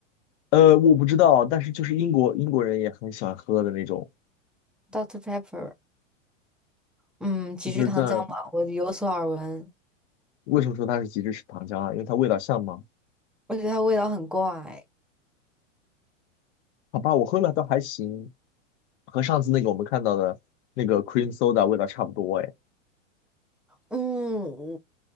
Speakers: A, on the left; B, in the centre.
A: 呃，我不知道，但是就是英国英国人也很喜欢喝的那种，
B: ，Dr. o o c t Pepper，嗯，极致糖浆嘛，
A: 就是在
B: 我有所耳闻，
A: 为什么说它是极致是糖浆啊？因为它味道像吗？
B: 我觉得它味道很怪。
A: 好吧，我喝了倒还行，和上次那个我们看到的那个 cream soda 味道差不多哎。
B: 嗯，